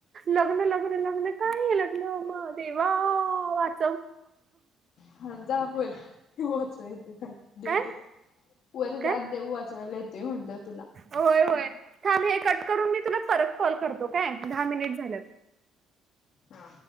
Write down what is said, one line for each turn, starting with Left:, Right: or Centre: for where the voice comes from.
Right: लग्न लग्न लग्न काय हे लग्न. म देवा वाच
Left: हा, जा वर. देव वाचवा येतोय खाली. देव
Right: काय
Left: तुला. वरे
Right: काय
Left: जात देव वाचवायला येतोय म्हणलं.
Right: होय होय थांब हे कट करून मी तुला परत कॉल करतो काय दहा मिनिट झाल्यात.
Left: हा.